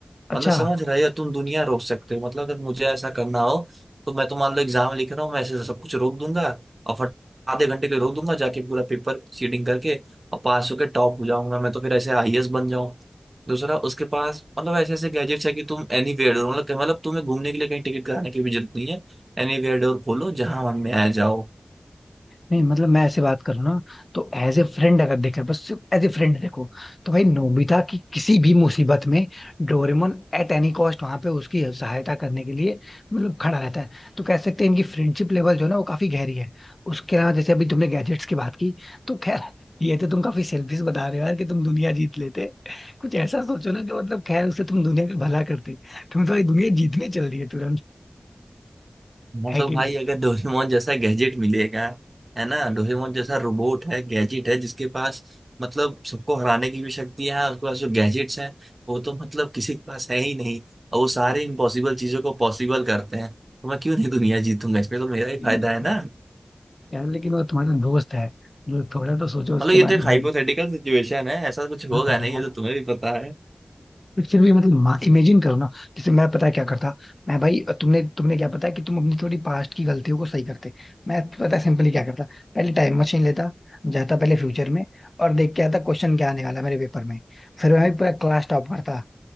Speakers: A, on the left; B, on the right.
A: अच्छा
B: मतलब समझ रहे हो तुम दुनिया रोक सकते हो मतलब अगर मुझे ऐसा करना हो तो मैं तो मान लो एग्जाम लिख रहा हूँ मैं ऐसे सब कुछ रोक दूंगा और फट आधे घंटे के लिए रोक दूंगा जाके पूरा पेपर सीडिंग करके और पास होके टॉप हो जाऊंगा मैं तो फिर ऐसे आईएएस बन जाऊं दूसरा उसके पास मतलब ऐसे ऐसे गैजेट्स है कि तुम एनी वेयर डोर, मतलब मतलब तुम्हें घूमने के लिए कहीं टिकट कराने की भी जरूरत नहीं है एनी वेयर डोर खोलो जहां मन में आ जाओ
A: नहीं मतलब मैं ऐसे बात करूँ ना तो एज ए फ्रेंड अगर देखा बस एज ए फ्रेंड देखो तो भाई नोबिता की किसी भी मुसीबत में डोरेमोन एट एनी कॉस्ट वहां पे उसकी सहायता करने के लिए मतलब खड़ा रहता है तो कह सकते हैं इनकी फ्रेंडशिप लेवल जो है ना वो काफी गहरी है उसके अलावा जैसे अभी तुमने गैजेट्स की बात की तो खैर ये तो तुम काफी सेल्फिश बता रहे हो यार कि तुम दुनिया जीत लेते कुछ ऐसा सोचो ना कि मतलब खैर उससे तुम दुनिया का भला करते तुम तो भाई दुनिया जीतने चल रही है तुरंत
B: हाँ
A: है
B: तो
A: कि
B: भाई अगर डोरेमोन जैसा गैजेट मिलेगा है ना डोरेमोन जैसा रोबोट है गैजेट है जिसके पास मतलब सबको हराने की भी शक्ति है उसके पास जो गैजेट्स हैं वो तो मतलब किसी के पास है ही नहीं और वो सारे इम्पॉसिबल चीजों को पॉसिबल करते हैं तो मैं क्यों नहीं दुनिया जीतूंगा इसमें तो मेरा ही
A: नहीं
B: फायदा है ना
A: यार लेकिन वो तुम्हारा दोस्त है जो थोड़ा तो सोचो उसके
B: मतलब ये
A: बारे
B: तो एक
A: में
B: हाइपोथेटिकल
A: भाई
B: सिचुएशन है ऐसा कुछ होगा
A: हाँ यार
B: नहीं ये तो तुम्हें भी पता
A: बट फिर भी मतलब इमेजिन करो ना जैसे मैं पता है क्या करता मैं भाई तुमने तुमने क्या पता है कि तुम अपनी थोड़ी पास्ट की गलतियों को सही करते मैं पता है सिंपली क्या करता पहले टाइम मशीन लेता जाता पहले फ्यूचर में और देख के आता क्वेश्चन क्या आने वाला है मेरे पेपर में फिर मैं भी पूरा क्लास टॉप करता